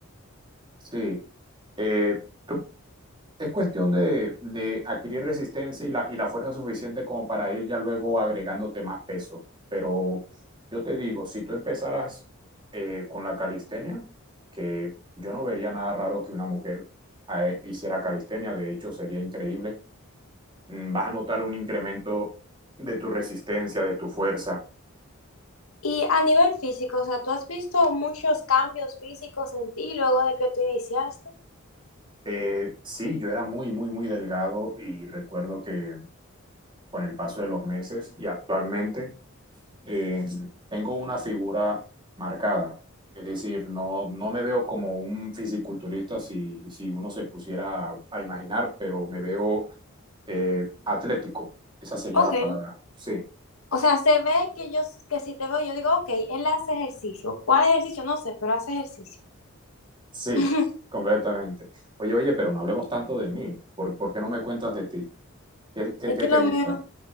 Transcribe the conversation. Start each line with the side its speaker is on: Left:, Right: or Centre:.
Right: Sí. Eh, tú- es cuestión de, de adquirir resistencia y la, y la fuerza suficiente como para ir ya luego agregándote más peso. Pero yo te digo, si tú empezaras eh, con la calistenia, que yo no vería nada raro que una mujer eh, hiciera calistenia, de hecho sería increíble, mm, vas a notar un incremento de tu resistencia, de tu fuerza
Left: Y a nivel físico, o sea, ¿tú has visto muchos cambios físicos en ti luego de que tú iniciaste?
Right: Eh, sí, yo era muy, muy, muy delgado y recuerdo que con el paso de los meses y actualmente eh, tengo una figura marcada. Es decir, no, no me veo como un fisiculturista si, si uno se pusiera a, a imaginar, pero me veo eh, atlético. Esa sería
Left: Ok.
Right: la palabra. Sí,
Left: O sea, se ve que yo, que si te veo, yo digo, ok, él hace ejercicio. ¿Cuál ejercicio? No sé, pero hace ejercicio.
Right: sí,
Left: <laughs>
Right: completamente. Oye, oye, pero no hablemos tanto de mí. ¿Por, por qué no me cuentas de ti? ¿Qué, qué,
Left: Es
Right: qué
Left: que
Right: te
Left: lo
Right: gusta?
Left: mío,